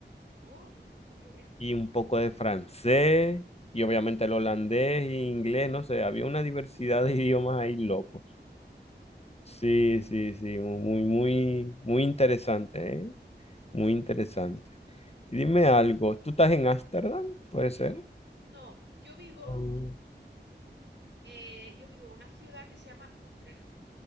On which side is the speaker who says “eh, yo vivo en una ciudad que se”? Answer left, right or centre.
Right